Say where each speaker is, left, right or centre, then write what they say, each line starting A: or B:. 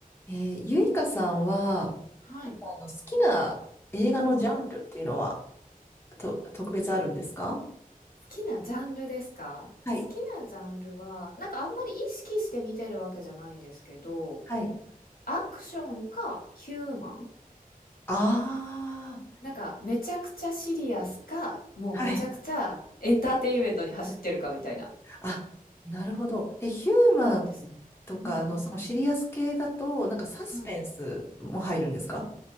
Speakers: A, on the left; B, on the left.
A: えー、ゆいかさんは、
B: はい。
A: あの、好きな映画のジャンルっていうのは、
B: うん。好
A: と、特別あるんですか
B: きなジャンルですか好きなジャンルは、
A: はい。
B: なんかあんまり意識して見てるわけじゃないんですけど、
A: はい。
B: アクションかヒューマン
A: あ
B: なんかめちゃくちゃシリアスか、もうめちゃくちゃエンターテインメントに走ってるかみたいな。
A: あはい。<laughs> あ、なるほど。え、ヒューマン
B: がですね。
A: とかのそのシリアス系だと、
B: うんうん。
A: なんかサスペンスも入るんですか
B: はい。